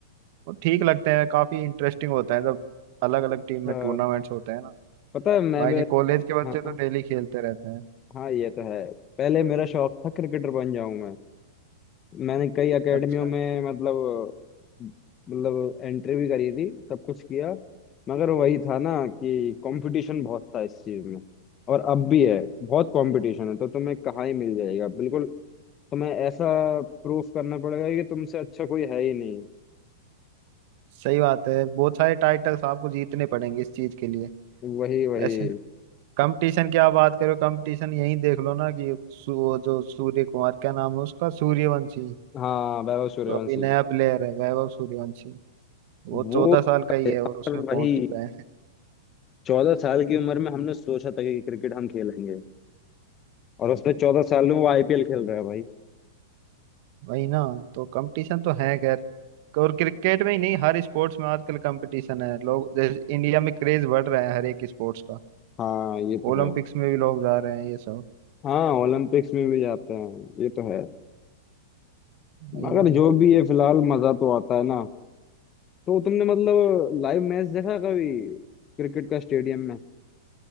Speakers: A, on the right; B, on the left.
A: वो ठीक लगते हैं काफी इंटरेस्टिंग होता है जब अलग अलग टीम
B: अच्छा
A: में टूर्नामेंट्स होते हैं ना
B: पता है मैं
A: बाकी
B: भी
A: कॉलेज के बच्चे
B: हाँ
A: तो डेली खेलते रहते हैं
B: हाँ ये तो है पहले मेरा शौक था क्रिकेटर बन जाऊं मैं मैंने कई एकेडमियों
A: अच्छा
B: में मतलब मतलब एंट्री भी करी थी सब कुछ किया मगर वही था ना कि कंपटीशन बहुत था इस चीज में और अब भी है बहुत कंपटीशन है तो तुम्हें कहाँ ही मिल जाएगा बिल्कुल तुम्हें ऐसा प्रूफ करना पड़ेगा कि तुमसे अच्छा कोई है ही नहीं
A: सही बात है बहुत सारे टाइटल्स आपको जीतने पड़ेंगे इस चीज के लिए
B: वही वही
A: ऐसे कंपटीशन की आप बात करो कंपटीशन यही देख लो ना कि सू- वो जो सूर्य कुमार क्या नाम है उसका सूर्यवंशी
B: हाँ वैभव सूर्यवंशी
A: जो अभी नया प्लेयर है वैभव सूर्यवंशी वो
B: वो
A: चौदह साल का ही
B: तो
A: है और उसमें
B: वही
A: पहुंच चुका है
B: चौदह साल की उम्र में हमने सोचा था कि क्रिकेट हम खेलेंगे और उसने चौदह साल में वो आईपीएल खेल रहा है भाई
A: वही ना तो कंपटीशन तो है खैर और क्रिकेट में ही नहीं हर स्पोर्ट्स में आजकल कंपटीशन है लोग जैसे इंडिया में क्रेज बढ़ रहा है हर एक स्पोर्ट्स का
B: हाँ ये तो
A: ओलंपिक्स
B: है
A: में भी लोग जा रहे हैं ये सब
B: हाँ ओलंपिक्स में भी जाते हैं ये तो है
A: वही
B: मगर
A: ना
B: जो भी ये फिलहाल मजा तो आता है ना तो तुमने मतलब लाइव मैच देखा कभी क्रिकेट का स्टेडियम में